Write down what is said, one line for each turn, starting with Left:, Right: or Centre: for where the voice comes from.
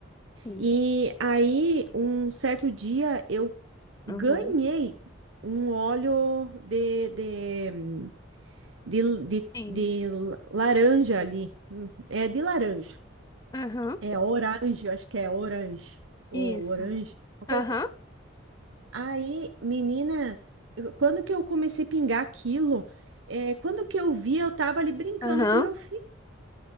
Left: sim.
Right: E aí, um certo dia, eu ganhei
Left: Uhum.
Right: um óleo de, de, de, de,
Left: Sim.
Right: de laranja ali. Hum, É de laranja.
Left: Aham.
Right: É orange, eu acho que é orange. Ou
Left: Isso.
Right: orange, uma coisa
Left: Aham.
Right: assim. Aí, menina, eu- quando que eu comecei a pingar aquilo? É, quando que eu vi, eu tava ali brincando
Left: Aham.
Right: com meu filho.